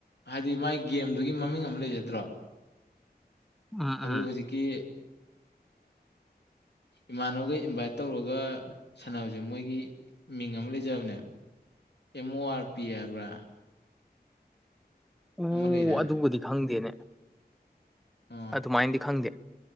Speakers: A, on the left; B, in the centre.
A: ꯍꯥꯏꯗꯤ ꯃꯥꯏ ꯒꯦꯝꯗꯨꯒꯤ ꯃꯃꯤꯡ ꯑꯃ ꯂꯩꯖꯗ꯭ꯔꯣ
B: ꯎꯝ
A: ꯑꯗꯨ
B: ꯎꯝ
A: ꯍꯧꯖꯤꯛꯀꯤ ꯏꯃꯥꯟꯅꯕꯒ ꯏꯟꯚꯥꯏꯠ ꯇꯧꯔꯒ ꯁꯥꯟꯅꯕꯁꯦ ꯃꯣꯏꯒꯤ ꯃꯤꯡ ꯑꯃ ꯂꯩꯖꯕꯅꯦꯕ ꯑꯦꯝ ꯑꯣ ꯑꯥꯔ ꯄꯤ ꯍꯥꯏꯕ꯭ꯔꯥ
B: ꯑꯣ
A: ꯑꯃ ꯂꯩꯗꯥꯏꯅꯦ
B: ꯑꯗꯨꯕꯨꯗꯤ ꯈꯪꯗꯦꯅꯦ
A: ꯑꯣ
B: ꯑꯗꯨꯃꯥꯏꯅꯗꯤ ꯈꯪꯗꯦ